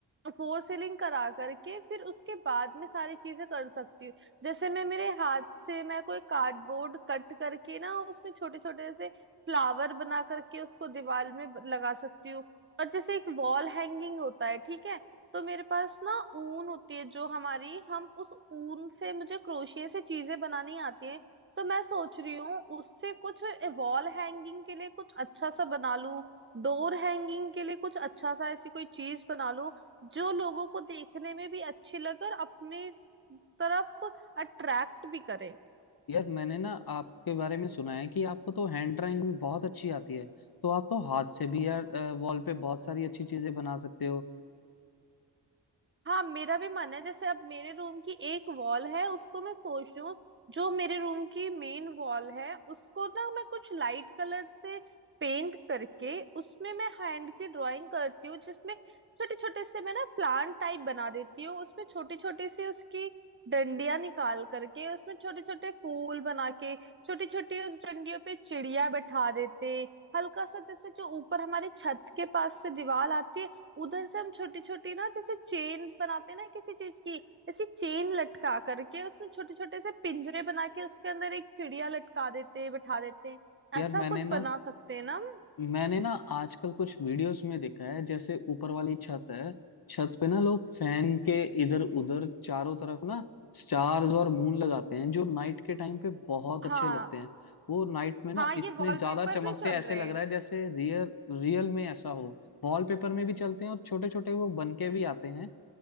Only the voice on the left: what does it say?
यार मैंने ना आपके बारे में सुना है कि आपको तो हैंड ड्राइंग भी बहुत अच्छी आती है तो आप तो हाथ से भी यार वॉल पे बहुत सारी अच्छी चीजें बना सकते हो
यार
मैंने
ना
मैंने ना आजकल कुछ वीडियोस में देखा है जैसे ऊपर वाली छत है छत पे ना लोग फैन के इधर उधर चारों तरफ ना स्टार्स और मून लगाते हैं जो नाइट के टाइम पे बहुत
अच्छे लगते हैं वो नाइट में ना
इतने
ज्यादा चमकते
हैं ऐसे
लग
रहा है जैसे रियल रियल में ऐसा हो वॉलपेपर में भी चलते हैं और छोटे छोटे वो बन के भी आते हैं